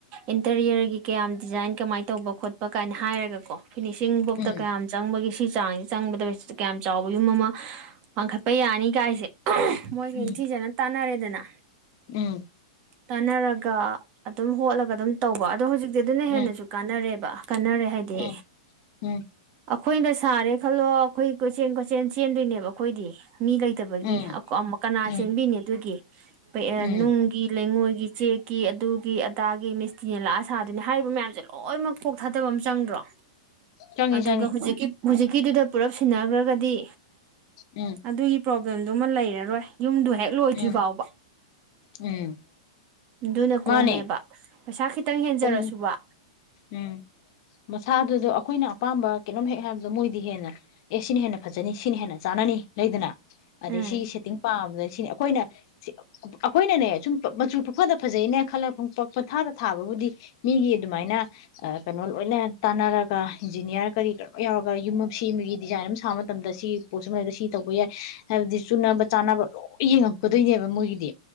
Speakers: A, on the right; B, on the left.
A: ꯏꯟꯇꯔꯤꯌꯔꯒꯤ ꯀꯌꯥꯝ ꯗꯤꯖꯥꯏꯟ ꯀꯃꯥꯏꯅ ꯇꯧꯕ ꯈꯣꯠꯄ ꯀꯥꯏꯅ ꯍꯥꯏꯔꯒꯀꯣ ꯐꯤꯅꯤꯁꯤꯡ ꯆꯤꯡꯕꯣꯛꯇ
B: ꯎꯝ
A: ꯀꯌꯥꯝ ꯆꯪꯕꯒꯤ ꯁꯤ ꯆꯥꯡꯖꯦ ꯆꯪꯕꯗ ꯄꯩꯁ ꯀꯌꯥꯝ ꯆꯥꯎꯕ ꯌꯨꯝ ꯑꯃ ꯄꯥꯡꯈꯠꯄ ꯌꯥꯅꯤ ꯀꯥꯏꯁꯦ ꯑꯥ ꯃꯣꯏꯒ
B: ꯎꯝ
A: ꯏꯪꯊꯤꯖꯅ ꯇꯥꯟꯅꯔꯦ ꯅꯅꯥ
B: ꯎꯝ
A: ꯇꯥꯟꯅꯔꯒ ꯑꯗꯨꯝ ꯍꯣꯠꯂꯒ ꯑꯗꯨꯝ ꯇꯧꯕ ꯑꯗꯣ ꯍꯧꯖꯤꯛ ꯑꯗꯨꯅ
B: ꯎꯝ
A: ꯍꯦꯟꯅꯁꯨ ꯀꯥꯟꯅꯔꯦꯕ ꯄꯥꯥ ꯀꯟꯅꯔꯦ ꯍꯥꯏꯗꯤ
B: ꯎꯝ ꯎꯝ
A: ꯑꯈꯣꯏꯅ ꯁꯥꯔꯦ ꯈꯜꯂꯣ ꯑꯩꯈꯣꯏ ꯀꯣꯏꯆꯦꯟ ꯀꯣꯏꯆꯦꯟ ꯆꯦꯟꯗꯣꯏꯅꯦꯕ ꯑꯩꯈꯣꯏꯗꯤ ꯃꯤ ꯂꯩꯇꯕꯒꯤ
B: ꯎꯝ
A: ꯑꯥ ꯀꯣꯃ ꯑꯥ ꯀꯅꯥ
B: ꯎꯝ
A: ꯆꯦꯟꯕꯤꯅꯤ ꯑꯗꯨꯒꯤ ꯄꯦꯑꯥ
B: ꯎꯝ
A: ꯅꯨꯡꯒꯤ ꯂꯩꯉꯣꯏꯒꯤ ꯆꯦꯛꯀꯤ ꯑꯗꯨꯒꯤ ꯑꯗꯥꯒꯤ ꯃꯤꯁꯇꯤꯅ ꯂꯥꯛ ꯑ ꯁꯥꯗꯨꯅꯤ ꯍꯥꯏꯔꯤꯕ ꯃꯌꯥꯝꯖꯦ ꯂꯣꯏꯅꯃꯛ ꯀꯣꯛ ꯊꯥꯗꯕ ꯑꯃ ꯆꯪꯗ꯭ꯔꯣ
B: ꯆꯪꯉꯤ
A: ꯑꯗꯨꯒ
B: ꯆꯪꯉꯤ
A: ꯍꯨꯖꯤꯛꯀꯤ ꯍꯨꯖꯤ ꯃꯤꯗꯨꯗ ꯄꯨꯔꯞ ꯁꯤꯟꯅꯒꯔꯒꯗꯤ
B: ꯎꯝ
A: ꯑꯗꯨꯒꯤ ꯄꯔꯣꯕꯂꯦ ꯄ꯭ꯔꯣꯕ꯭ꯂꯦꯝꯗꯨꯃ ꯂꯩꯔꯔꯣꯏ ꯌꯨꯝꯗꯣ ꯍꯦꯛ ꯂꯣꯏꯗ꯭ꯔꯤ
B: ꯎꯝ
A: ꯐꯥꯎꯕ
B: ꯎꯝ
A: ꯑꯗꯨꯅ
B: ꯃꯥꯅꯦ
A: ꯀꯣꯝꯃꯦꯕ ꯄꯩꯁꯤꯈꯤꯠ ꯈꯤꯇꯪ ꯍꯦꯟꯖꯔꯁꯨꯕ
B: ꯀꯨꯝ ꯎꯝ ꯃꯁꯥꯗꯨꯗꯣ ꯑꯩꯈꯣꯏꯅ ꯑꯄꯥꯝꯕ ꯀꯩꯅꯣꯝ ꯍꯦꯛ ꯍꯥꯏꯕꯗꯣ ꯃꯣꯏꯗꯤ ꯍꯦꯟꯅ ꯑꯦ ꯁꯤꯅ ꯍꯦꯟꯅ ꯐꯖꯅꯤ ꯁꯤꯅ ꯍꯦꯟꯅ ꯆꯥꯅꯅꯤ ꯂꯩꯗꯅ ꯑꯗꯩ
A: ꯎꯝ
B: ꯁꯤ ꯁꯦꯇꯤꯡ ꯄꯥꯝꯗ ꯁꯤꯅꯦ ꯑꯩꯈꯣꯏꯅ ꯑꯩꯈꯣꯏꯅꯅꯦ ꯁꯨꯝ ꯃꯆꯨ ꯄꯣꯛꯐꯗ ꯐꯖꯩꯅ ꯈꯜꯂꯒ ꯄꯛ ꯄꯊꯥꯗ ꯊꯥꯕꯕꯨꯗꯤ ꯃꯤꯒꯤ ꯑꯗꯨꯃꯥꯏꯅ ꯀꯩꯅꯣ ꯂꯣꯏꯅ ꯇꯥꯟꯅꯔꯒ ꯏꯟꯖꯤꯅꯤꯌꯥꯔ ꯀꯔꯤ ꯀꯩꯅꯣ ꯌꯥꯎꯔꯒ ꯌꯨꯝ ꯑꯃ ꯁꯦꯝꯕꯒꯤ ꯗꯤꯖꯥꯏꯟ ꯑꯃ ꯁꯥꯃ ꯃꯇꯝꯗ ꯁꯤ ꯄꯣꯠꯁꯤ ꯃꯔꯛꯇ ꯁꯤ ꯇꯧꯕ ꯌꯥꯏ ꯍꯥꯏꯕꯗꯤ ꯆꯨꯅꯕ ꯆꯥꯅꯕ ꯂꯣꯏ ꯌꯦꯡꯉꯛꯀꯗꯣꯏꯅꯦꯕ ꯃꯣꯏꯒꯤꯗꯤ